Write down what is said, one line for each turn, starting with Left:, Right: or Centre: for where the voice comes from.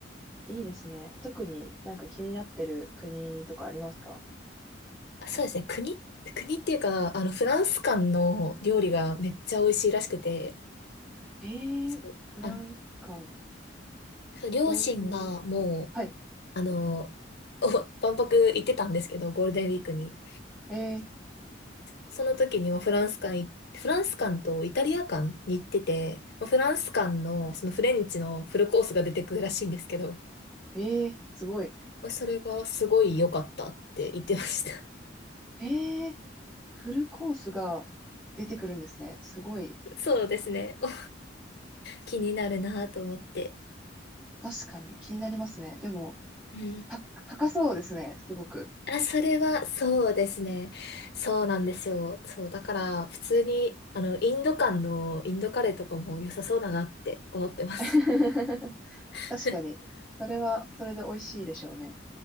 Centre: いいですね。特になんか気になってる国とかありますか
Left: そうですね。国、国っていうか、あの、フランス館の料理がめっちゃ美味しいらしくて、
Centre: えー、
Left: そう、
Centre: フランス館、
Left: あの、そう両親がもう、
Centre: どういう、はい。
Left: あの、お万博行ってたんですけど、ゴールデンウィークに。
Centre: え
Left: その時にはフランス館いフランス館とイタリア館に行ってて、まあフランス館のそのフレンチのフルコースが出てくるらしいんですけど、
Centre: ー、えー、すごい。
Left: まあそれがすごい良かったって言ってました。
Centre: えー、フルコースが出てくるんですね。すごい。
Left: <laughs> そうですね。お気になるなと思って。
Centre: 確かに気になりますね。でも、
Left: うん
Centre: た、高そうですね。すごく。
Left: あ、それは、そうですね。そうなんですよ。そう、だから、普通に、あの、インド間のインドカレーとかも良さそうだなって思ってます。
Centre: <laughs>
Left: <laughs>
Centre: 確かに。それは、それで美味しいでしょうね。